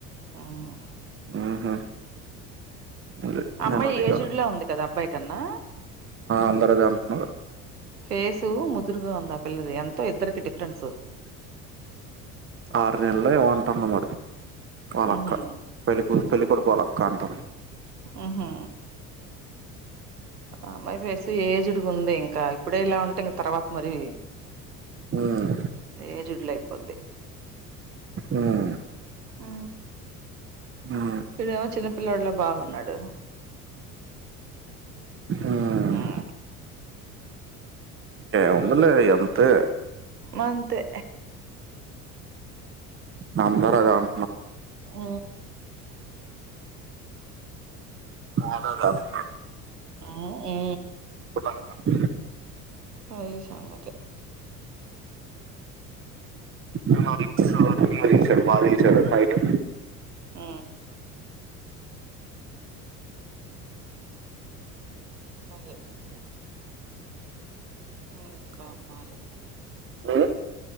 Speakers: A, on the right; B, on the right.
A: ఉమ్
B: ఉహు అది
A: అమ్మాయి
B: నేను అది
A: ఎజుడ్ల
B: కాదు
A: ఉంది కదా అబ్బాయి కన్నా
B: అందరు అదే అంటున్నారు
A: ఫేసు ముదురుగా ఉంది ఆ పిల్లది ఎంతో ఇద్దరికి డిఫరెన్సు
B: ఆరు నెల్లో ఏమంటుంది మరి వాళ్ళక్క
A: ఉహు
B: పెలికుతు పెళ్ళి కొడుకు వాళ్ల అక్క అంటన
A: ఉహు ఆమె ఫేసి ఏజ్డ్గా ఉంది ఇంకా ఇప్పుడే ఇలా ఉంటే ఇంకా తర్వాత మరి
B: ఉమ్
A: ఏజ్డ్ల అయిపోద్ది
B: ఉమ్
A: ఊ
B: ఉమ్
A: ఇడేమో చిన్నపిల్లోడ్ల బాగున్నాడు
B: ఆహ్
A: ఉమ్
B: ఏముందిలే అంతే
A: మంతే
B: ఉ అందరూ అదే అం
A: ఊ
B: ఆడదాస్తారు
A: ఉమ్ ఉ
B: బాగా
A: అది సంగతి
B: ఎమో రింగ్సు రూంలో దీశాడు బాగా తీశాడు హైటు
A: ఉ అవే ఇంకా మరి
B: ఉ